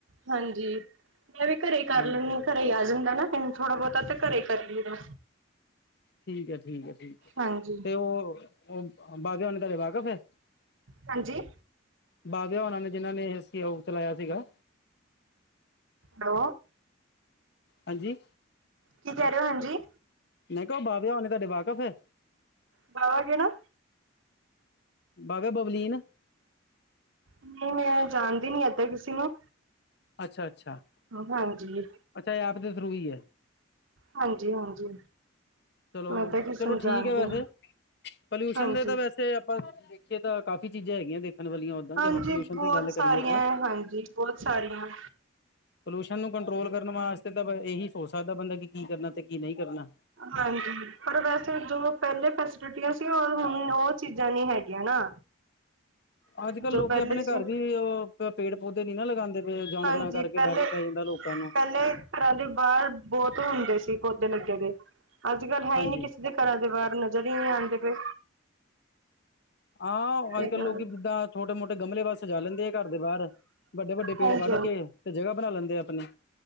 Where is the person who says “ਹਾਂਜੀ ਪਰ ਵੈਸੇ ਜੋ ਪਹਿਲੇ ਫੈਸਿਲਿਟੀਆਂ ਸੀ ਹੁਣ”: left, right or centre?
Right